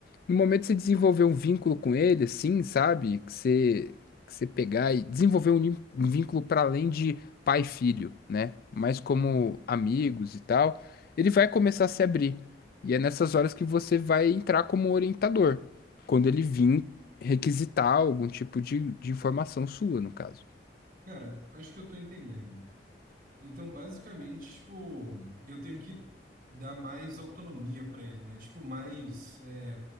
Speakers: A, on the left; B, on the right.
A: No momento que você desenvolver um vínculo com ele, assim, sabe? Que você, que você pegar e desenvolver um, lim- um vínculo para além de pai e filho, né? Mas como
B: uhum.
A: amigos e tal, ele vai começar a se abrir. E é nessas horas que você vai entrar como orientador quando ele vir requisitar algum tipo de, de informação sua, no caso.
B: Cara, acho que eu tô entendendo. Então, basicamente, tipo, eu tenho que dar mais autonomia para ele, né? Tipo, mais, é,